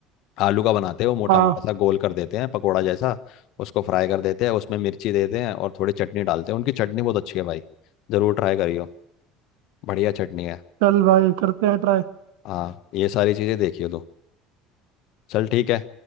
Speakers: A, on the left; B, on the right.
A: आलू का बनाते हैं वो मोटा
B: हाँ
A: मोटा सा गोल कर देते हैं पकोड़ा जैसा उसको फ्राई कर देते हैं उसमें मिर्ची देते हैं और थोड़ी चटनी डालते हैं उनकी चटनी बहुत अच्छी है भाई ज़रूर ट्राई करियो बढ़िया चटनी है
B: चल भाई करते हैं ट्राई
A: हाँ ये सारी चीज़ें देखियो तू चल ठीक है